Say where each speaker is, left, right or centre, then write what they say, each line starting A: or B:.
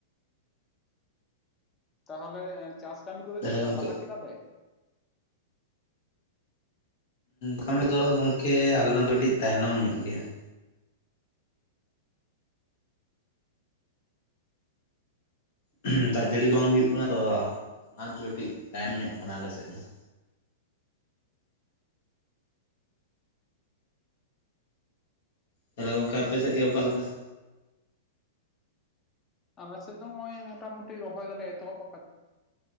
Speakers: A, on the left (about 25°); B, on the left (about 65°).
A: ᱛᱟᱦᱚᱞᱮ ᱪᱟᱥ ᱠᱟᱹᱢᱤ ᱠᱚᱫᱚ
B: ᱛᱟᱦᱚᱞᱮ
A: ᱪᱮᱜᱠᱟ
B: ᱜᱚᱢᱠᱮ
A: ᱞᱟᱦᱟ ᱠᱮᱫᱟ ᱯᱮ?
B: ᱠᱟᱹᱢᱤ ᱫᱚ ᱜᱚᱝᱠᱮ <unintelligible> ᱠᱟᱹᱴᱤᱡ ᱛᱟᱭᱱᱚᱢ ᱧᱚᱜ ᱜᱮᱭᱟ ᱾ <inaudible> ᱫᱟᱜ ᱡᱟᱹᱲᱤ ᱵᱟᱝ ᱦᱩᱭᱩ ᱠᱟᱱᱟ ᱛᱚ ᱚᱱᱟ ᱠᱟᱹᱴᱤᱡ ᱛᱟᱭᱚᱢ ᱧᱚᱜ ᱠᱟᱱᱟ ᱟᱞᱮᱥᱮᱫ ᱫᱚ ᱾ ᱛᱷᱟᱞᱮ ᱜᱚᱝᱠᱮ ᱟᱯᱮ ᱥᱮᱜ ᱜᱮ ᱚᱠᱟ ᱞᱮᱠᱟ ᱾
A: ᱟᱞᱮ ᱥᱮᱫ ᱫᱚ ᱚᱭ ᱢᱚᱴᱟᱢᱩᱴᱤ ᱨᱚᱦᱚᱭ ᱫᱚᱞᱮ ᱮᱛᱚᱦᱚᱵ